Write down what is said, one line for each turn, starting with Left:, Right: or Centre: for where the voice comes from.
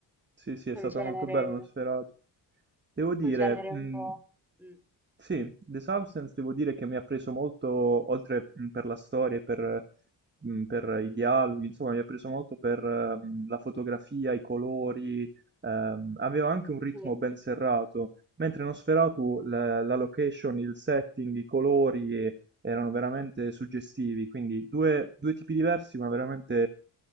Right: sì sì
Centre: quel
Right: è stata
Centre: genere,
Right: molto bella, uno sferato. Devo dire,
Centre: quel genere
Right: mh,
Centre: un po'. mm,
Right: sì, The Substance devo dire che mi ha preso molto, oltre mh, per la storia e per, mh, per i dialoghi, insomma, mi ha preso molto per mh, la fotografia, i colori, ehm, aveva anche un ritmo
Centre: sì.
Right: ben serrato, mentre in Nosferatu la, la location, il setting, i colori eh, erano veramente suggestivi, quindi due, due tipi diversi, ma veramente